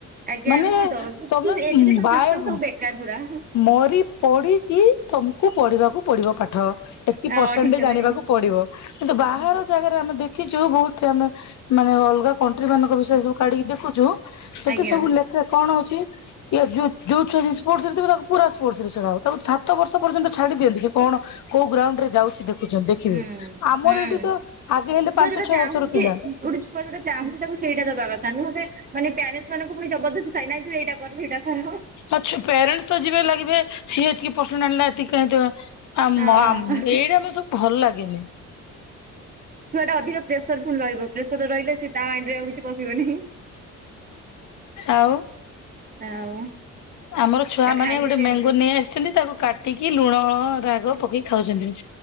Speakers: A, on the right (about 30°); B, on the left (about 75°).
A: ଆଜ୍ଞା
B: ମାନେ
A: ହଁ ତ କି
B: ତମେ
A: ଏଜୁକେସନ
B: ବାଏ
A: ସିଷ୍ଟମ ସବୁ ବେକାର ପୁରା।
B: ମରି ପଢ଼ିକି ତମକୁ ପଢ଼ିବାକୁ ପଡ଼ିବ ପାଠ। ଏତକି
A: ହଁ
B: ପରସେଣ୍ଟେଜ
A: ଠିକ କଥା
B: ଆଣିବାକୁ
A: କହିଲେ
B: ପଡିବ କିନ୍ତୁ ବାହାର ବହୁତ୍ ଜାଗାରେ ଆମେ ଦେଖିଛୁ ବହୁତ ଆମେ ମାନେ ଅଲଗା କଣ୍ଟ୍ରି ମାନଙ୍କ ବିଷୟ ସବୁ କାଢିକି ଦେଖୁଛୁ। ସେଠି
A: ଆଜ୍ଞା
B: ସବୁ ଲେଖେ କଣ ହଉଛି ଯଉ ଯୋଉ ଛୁଆ ସ୍ପୋର୍ଟସରେ ଥିବ ତାକୁ ପୁରା ସ୍ପୋର୍ଟସରେ ଛଡା ହବ। ତାକୁ ସାତ ବର୍ଷ ପର୍ଯ୍ୟନ୍ତ ଛାଡି ଦିଅନ୍ତି କି କଣ କୋଉ ଗ୍ରାଉଣ୍ଡରେ ଯାଉଛି ଦେଖୁଛନ୍ତି। ଦେଖିବ
A: ହୁଁ
B: ଆମର
A: ହୁଁ।
B: ଏଇଠୁ ତ ଆଗେ ହେଲେ
A: ଛୁଆ
B: ପାଞ୍ଚ
A: ଯୋଉଟା
B: ଛଅ
A: ଚାହୁଁଛି
B: ବର୍ଷର ପିଲା।
A: ଗୋଟେ ଛୁଆ ଯୋଉଟା ଚାହୁଁଛି ତାକୁ ସେଇଟା ଦବା କଥା ନୁହଁ ଏବେ ମାନେ ପ୍ୟାରେଣ୍ଟ ମାନଙ୍କୁ ପୁଣି ଜବରଦସ୍ ଏ ନାଇ ତୁ ଏଇଟା କର ସେଇଟା। କର।
B: ଆଛ ପ୍ୟାରେଣ୍ଟସ ତ ଯିବେ ଲାଗିବେ ସିଏ ଏତିକି ପର୍ସେଣ୍ଟ ଆଣିଲା ଏତିକି କାହିଁ। ଆମ
A: ହଁ।
B: ଆମ ଏଇଟା ଆମେ ସବୁ ଭଲ ଲାଗେନି।
A: ଛୁଆଟା ଅଧିକ ପ୍ରେସର ଫୁଲ ରହିବ, ପ୍ରେସର ରହିଲେ ସ ସେ ତା ମାଇଣ୍ଡରେ ଆଉ କିଛି ପଶିବନି।
B: ଆଉ।
A: ଆଉ।
B: ଆମର ଛୁଆ
A: ଆଉ
B: ମାନେ
A: ଖାଇସାରିଲେଣି
B: ଗୋଟେ ମ୍ୟାଙ୍ଗୋ ନେଇ ଆସିଛନ୍ତି ତାକୁ କାଟି କାଟିକି ଲୁଣ ରାଗ ପକେଇ ଖାଉଛନ୍ତି।